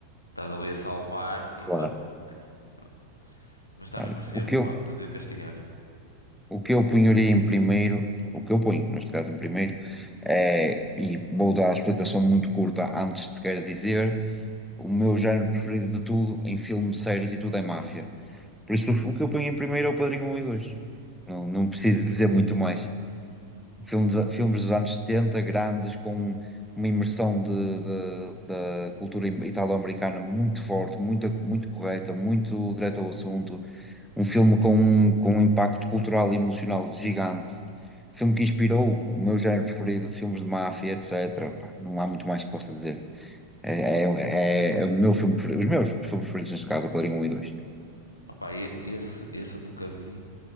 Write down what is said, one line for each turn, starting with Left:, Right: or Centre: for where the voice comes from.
Left: Estás ali a salvar e
Centre: Claro.
Left: só porque. pronto. Mas também
Centre: Olha,
Left: percebo
Centre: o que
Left: o
Centre: eu,
Left: facto de o castigarem.
Centre: o que eu punharia em primeiro, o que eu ponho, neste caso, em primeiro, é, e vou dar a explicação muito curta antes de sequer dizer, o meu género preferido de tudo em filmes, séries e tudo é máfia. Por isso, o que eu ponho em primeiro é o Padrinho Um e Dois Não, não preciso dizer muito mais. Filmes, filmes dos anos 70 grandes, com uma imersão de, de- da cultura italo-americana muito forte, muito, muito correta, muito direta ao assunto, um filme com, um, com um impacto cultural e emocional gigante, um filme que inspirou o meu género preferido de filmes de máfia, etc. Pá, não há muito mais que possa dizer. É, é, é- é o meu filme preferido, os meus filmes preferidos neste caso, é o Padrinho 1 e dois
Left: Opa, e- esse, esse eu nunca vi,